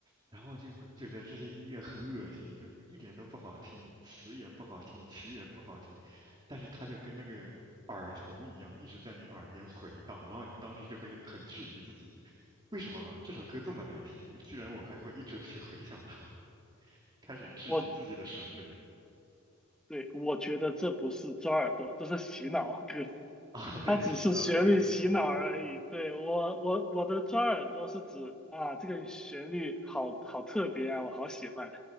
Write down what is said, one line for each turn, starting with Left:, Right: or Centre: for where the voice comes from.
Right: 然后就会觉得这些音乐很恶心，就是一点都不好听，词也不好听，曲也不好听，但是它就跟那个耳虫一样，一直在你耳边回荡，然后你当时就会很质疑自己，为什么吧，这首歌这么难听，居然我还会一直去回想它。开始质疑自己的审美
Centre: 我。对，我觉得这不是抓耳朵，这是洗脑歌，
Right: 啊，对，
Centre: 它只是旋律洗脑而已。
Right: 洗脑歌，
Centre: 对，我，我我的抓耳朵是指啊，这个旋律好好特别啊，我好喜欢。